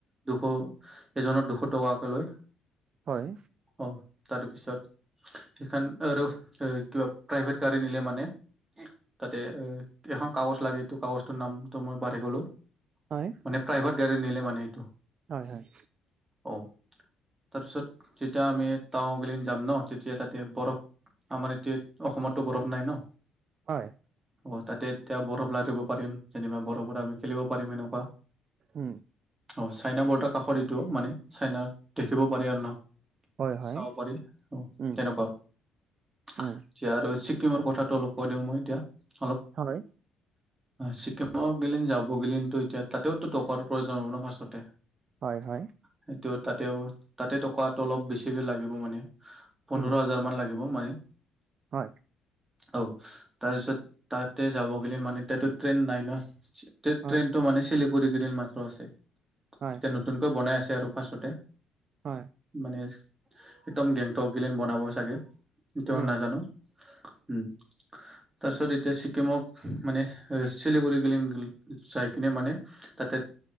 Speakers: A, on the right; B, on the right.
A: দুশ এজনৰ দুশ টকাকে লয়।
B: হয়।
A: অ তাৰপিছত সেইখন আৰু কিবা প্ৰাইভেট গাড়ী নিলে মানে তাতে এ এখন কাগজ লাগেটো কাগজটোৰ নামটো মই পাহৰি গলো।
B: হয়।
A: মানে প্ৰাইভেট গাড়ী নিলে মানে এইটো।
B: হয় হয়।
A: অ তাৰপিছত যেতিয়া আমি টাও গেলিন যাম ন তেতিয়া তাতে বৰফ আমাৰ এতিয়া অসমত টো বৰফ নাই ন।
B: হয়।
A: অ, তাতে এতিয়া বৰফ লাগিব পাৰিম যেনিবা বৰফত আমি খেলিব পাৰিম সেনেকুৱা।
B: হম।
A: অ, চাইনা বৰ্ডাৰ কাষৰ এইটো মানে চাইনা দেখিব পাৰে আৰু ন।
B: হয় হয়
A: চাব পাৰি অ,
B: উম
A: তেনেকুৱা। এতিয়া
B: উম
A: আৰু ছিক্কিমৰ কথাটো অলপ কৈ দিওঁ মই এতিয়া অলপ।
B: হয়,
A: ছিকিমত গিলিন যাব গিলীন এতিয়া তাতেওতো টকাৰ প্ৰয়োজন হ'ব ন ফাষ্টতে।
B: হয় হয়।
A: সেইটো তাতেও তাতে টকাটো অলপ বেছিকে লাগিব মানে। পোন্ধৰ
B: উম,
A: হাজাৰমানান লাগিব মানে।
B: হয়।
A: অ তাৰপিছত তাতে যাবগ'লে মানে তাতটো ট্ৰেইন নাই ন। ট্ৰেইনতটো
B: হয়,
A: মানে চিলিগুৰি গিৰিত মাত্ৰ আছে। এতিয়া
B: হয়,
A: নতুনকৈ বনাই আছে আৰু ফাষ্টতে।
B: হয়।
A: মানে একদম গেংটগিলিন বনাব চাগে এইটো
B: উম,
A: নাজানো। উম। তাৰপিছত এতিয়া ছিকিমক মানে শিলিগুৰি গিলিন যাই কিনে মানে, তাতে